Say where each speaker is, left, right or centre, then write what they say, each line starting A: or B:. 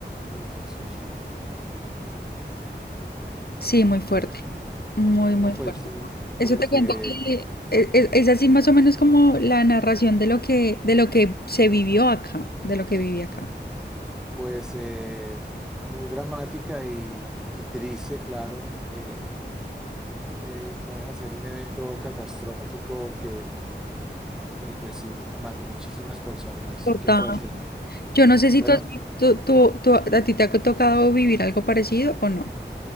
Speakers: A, in the centre; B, on the left.
A: Uy, Jesús, qué cosa tan terrible.
B: Sí, muy fuerte,
A: Bueno,
B: muy,
A: no,
B: muy
A: pues,
B: fuerte.
A: sí,
B: Eso
A: pues,
B: te cuento
A: eh,
B: que e- e- es, así más o menos como la narración de lo que, de lo que se vivió acá, de lo que viví acá.
A: pues eh, muy dramática y, y triste, claro. eh, eh, no deja de ser un evento catastrófico que, que, pues sí, mató muchísimas personas.
B: Total.
A: Qué fuerte.
B: Yo no sé
A: Bueno,
B: si tú, has vi- tú- tú- tú- a ti te ha tocado vivir algo parecido o no.